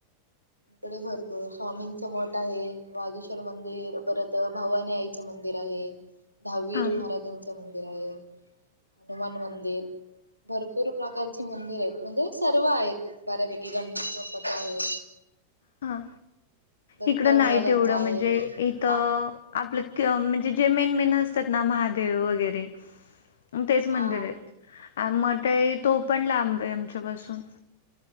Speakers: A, on the right; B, on the left.
A: इकडे भरपूर स्वामींचं मठ आहे वागेश्वर मंदिर परत भवानी आईचं मंदिर. मंदिर आहे दहावीर
B: हा
A: महाराजांच मंदिर आहे हनुमान मंदिर. भरपूर प्रकारचे मंदिर आहेत म्हणजे सर्व आहेत बऱ्यापैकी गणपती बाप्पा च आहे.
B: हा
A: दत्त
B: इकडं
A: महाराजांचा
B: नाही तेवढं
A: आहे
B: म्हणजे इथ.
A: मा
B: आपलं म्हणजे जे मेनमेन असतात ना महादेव वगैरे, तेच
A: हा
B: मंदिर आहेत. आ मठ तो पण लांब आहे आमच्या पाासून